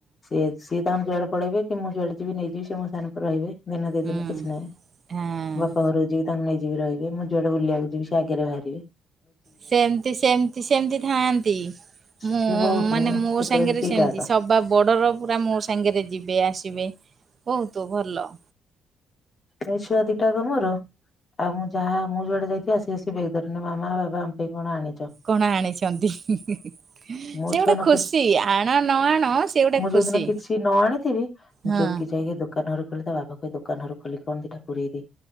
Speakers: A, on the left; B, on the right.
A: ସେ ସିଏ ତାଙ୍କର ଯୁଆଡେ ପଳେଇବେ କି ମୁଁ ଯୁଆଡେ ଯିବି ନେଇଯିବି ସିଏ ମୋ ସାଙ୍ଗରେ ରହିବେ। ଦିନେ ଦିଦିନି
B: ହୁଁ।
A: କିଛି ନାଇଁ,
B: ହଁ
A: ବାପ ଘରୁକୁ ଯିବି ତାଙ୍କୁ ନେଇଯିବି ରହିବେ ମୁଁ ଯୁଆଡେ ବୁଲିବାକୁ ଯିବି ସେ ଆଗରେ ଭାରିବେ।
B: ସେମ୍ତି ସେମ୍ତି ସେମ୍ତି ଥାଆନ୍ତି ମୁଁ
A: ସିଏ ବହୁତ
B: ମାନେ ମୋ
A: ପୁତୁରା
B: ସାଙ୍ଗରେ
A: ଦିଟା
B: ସେମିତି
A: ଯାକ
B: ସବୁ ବା ବର୍ଡ଼ର ପୁରା ମୋ ସାଙ୍ଗରେ ଯିବେ ଆସିବେ ବୋହୁତ ଭଲ।
A: ଏ ଛୁଆ ଦିଟା କ ମୋର ଆଉ ମୁଁ ଯାହା ମୁଁ ଯୁଆଡେ ଯାଇଥିବି ଆସିବେ ସେ ବେଗେ ଧରି ନା ମାମା ବାବା ଆମ ପାଇଁ କଣ ଆଣିଚ?
B: କଣ ଆଣିଚନ୍ତି ସିଏ
A: ମୋ
B: ଗୋଟେ
A: ଛୁଆ ନ
B: ଖୁସି ଆଣ ନ ଆଣ ସିଏ ଗୋଟେ ଖୁସି
A: ଯୋଉଦିନ କିଛି ନ ଆଣିଥିବି ମୁଁ
B: ହଁ
A: ଚୋଉକି ଯାଇକି ଦୋ ଦୋକାନରୁ ଖୋଲି ତା ବାବା କହି ଦୋକାନରୁ ଖୋଲି କଣ ଦିଟା ପୁରେଇ ଦେ